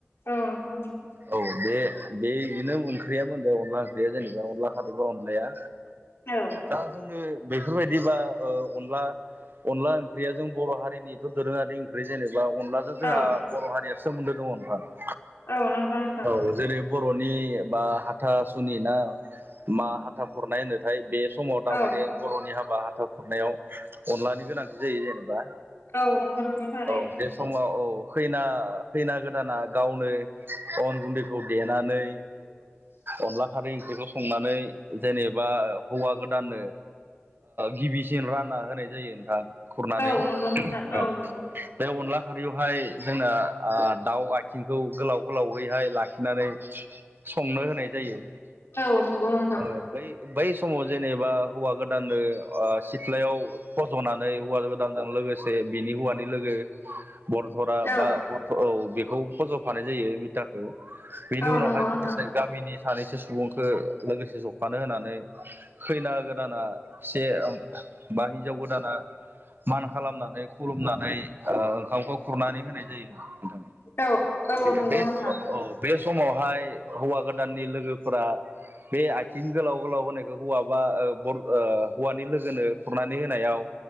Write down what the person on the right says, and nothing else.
औ बे बे बिदिनो ओंख्रिया मोनदों अनला ओंख्रिया जेनेबा अनला खारबा अनलाया
दा जोङो बेफोरबायदिबा ओ अनला अनला ओंख्रिया जों बर' हारिनिथ' दोरोङारि ओंख्रि जेनेबा अनलाजों जोंहा
बर' हारिया सोमोन्दो दङ नोंथां।
औ जेरै बर'नि बा हाथासुनि ना मा हाथा खुरनाय होनोथाय बे समाव थारमाने
बर'नि हाबा हाथा खुरनायाव अनलानि गोनांथि जायो जेनेबा
औ बे समाव औ खैना हैैना गोदान दाना गावनो अन गुन्दैखौ देनानै अनला खारै ओंख्रिखौ संनानै जेनेबा हौवा गोदानो गिबिसिन रानना होनाय जायो खुरनानै
औ
बे अनला खारि बेहाय जोंना आ दाउ आथिंखौ गोलाव गोलावैहाय लाखिनानै संनो होनाय जायो।
ओ बै बै समाव जेनेबा हौवा गोदाननो ओ सिथ्लायाव फस'नानै हौवा गोदानजों लोगोसे बिनि हौवानि लोगो बरथरा
बा बर औ बेखौ फज'फानाय जायो मिथाखौ बेनि
उनावहाय
लोगोसे गामिनि सानैसो सुबुंखौ लोगोसे जफानो होनानै खैना गोदाना से बा हिनजाव गोदाना मान खालामनानै खुलुमनानै ओ ओंखामखौ खुरनानै होनाय जायो नोंथां।
बे-बे
औ बे समावहाय हौवा गोदाननि लोगोफोरा बे आथिं गोलाव गोलाव होनायखौ हौवा ओ बा ओ हौवानि लोगोनो खुरनानै होनायाव